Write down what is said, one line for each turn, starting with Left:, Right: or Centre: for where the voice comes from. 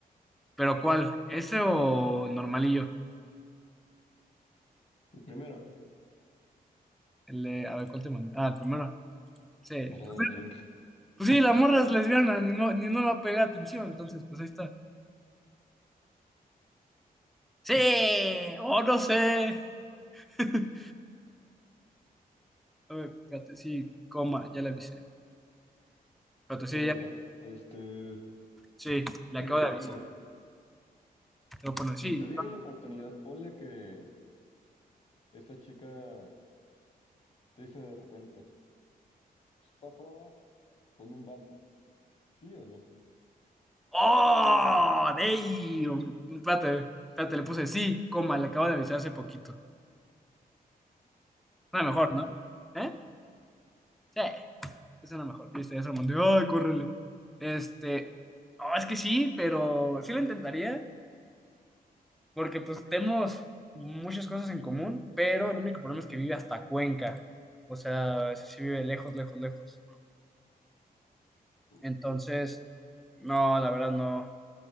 Centre: Pero ¿cuál? ¿Ese o normalillo?
Left: primero,
Centre: El de- a ver, ¿cuál te mandé? Ah, el primero. Sí. Pues,
Left: ajá, el blink.
Centre: eh, pues sí, la morra es lesbiana, ni, mo- ni no le va a pegar atención, entonces pues ahí está. Sí, o no sé. <laughs> A ver, espérate, sí, coma, ya le avisé. Espérate, sí,
Left: Y a ver,
Centre: ya,
Left: bro, este,
Centre: sí, le
Left: cliente
Centre: acabo de avisar.
Left: tuyo,
Centre: Te voy a poner sí.
Left: si te diera la oportunidad, ponle que esta chica te dice de repente, pues para probar con un vato, ¿sí o no?
Centre: ¡Oh! ¡Damn! Espérate, espérate, le puse sí, coma, le acabo de avisar hace poquito. No,
Left: Ok.
Centre: mejor, ¿no? ¿Eh? sí Esa es la mejor. Viste, esa mandé. ¡Ay, córrele! Este. no, es que sí, pero sí lo intentaría. Porque pues tenemos muchas cosas en común. Pero el único problema es que vive hasta Cuenca. O sea, ese sí vive lejos, lejos, lejos.
Left: Uh,
Centre: Entonces, no, la verdad no.